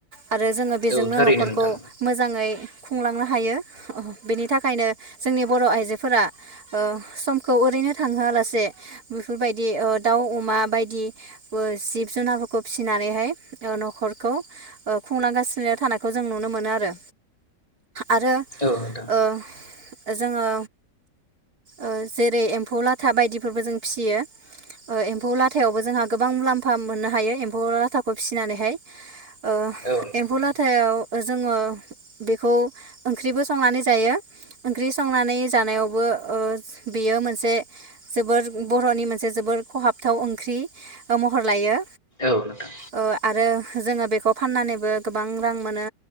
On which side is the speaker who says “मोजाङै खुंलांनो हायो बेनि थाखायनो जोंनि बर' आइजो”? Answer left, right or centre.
Right